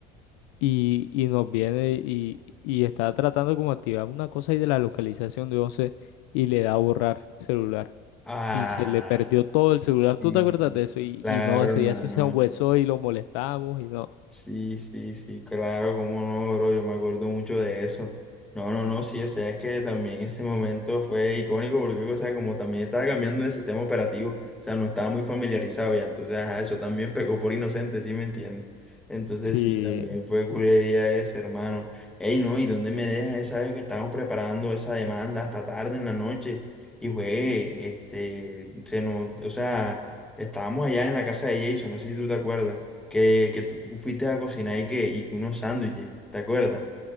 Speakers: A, on the left (about 75°); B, in the centre.
A: y, y nos viene y, y está tratando como activar una cosa ahí de la localización de 11 y le da a borrar celular
B: Ah,
A: y se le perdió todo el celular. ¿Tú
B: sí,
A: te acuerdas de eso? Y,
B: claro,
A: y no, ese
B: hermano.
A: día sí se hueso y lo molestamos y no.
B: Sí, sí, sí, claro, cómo no, bro, yo me acuerdo mucho de eso. No, no, no, sí, o sea, es que también ese momento fue icónico porque, o sea, como también estaba cambiando de sistema operativo, o sea, no estaba muy familiarizado ya, entonces, ajá, eso también pecó por inocente, ¿sí me entiendes? Entonces,
A: Sí,
B: sí, también fue culería ese, hermano. Ey, no, ¿y dónde me dejas esa vez que estábamos preparando esa demanda hasta tarde en la noche? Y fue, este, se nos, o sea, estábamos allá en la casa de Jason, no sé si tú te acuerdas que, que tú fuiste a cocinar y que, y que unos sándwiches, ¿te acuerdas?